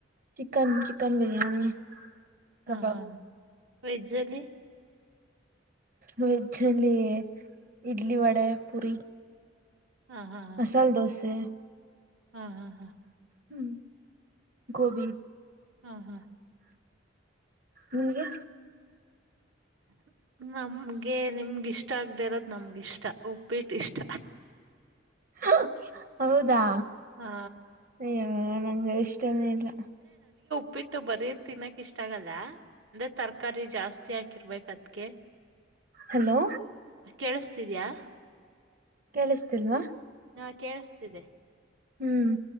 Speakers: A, on the right (about 45°); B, on the right (about 75°).
A: ಚಿಕನ್ ಚಿಕನ್ ಬಿರಿಯಾನಿ
B: ಹಾ
A: ಕಬಾಬ್
B: ಹಾ ವೆಜ್ಜಲ್ಲಿ
A: ವೆಜ್ಜ್ ಅಲ್ಲಿ ಇಡ್ಲಿ ವಡೆ ಪುರಿ
B: ಹಾ ಹಾ
A: ಮಸಾಲೆ ದೋಸೆ
B: ಹಾ ಹಾ ಹಾ
A: ಹ್ಮ್ ಗೋಬಿ
B: ಹ್ಮ ಹಾ
A: ನಿಮಗೆ
B: ಹ ನಮ್ಗೆ ನಿಮ್ಗಿಷ್ಟ ಆಗದೆ ಇರೋದ್ ನಮ್ಗಿಷ್ಟ ಉಪ್ಪಿಟ್ಟ ಇಷ್ಟ
A: ಹ ಹೌದಾ
B: ಹಾ
A: ಯವಾ ಅದು ನಂಗ ಇಷ್ಟನೇ ಇಲ್ಲ
B: ಉಪಿಟ್ಟು ಬರೀ ತಿನ್ನಕ್ ಇಷ್ಟ ಆಗಲ್ಲ ಅಂದ್ರೆ ತರಕಾರಿ ಜಾಸ್ತಿ ಹಾಕಿರ್ಬೇಕ ಅದ್ಕ್ಕೆ <inaudible>
A: ಹಲೋ
B: ಕೇಳಸ್ತಿದ್ಯಾ
A: ಕೇಳಿಸತಿಲ್ವಾ
B: ನಾ ಕೇಳಿಸತಿದೆ
A: ಹ್ಮ್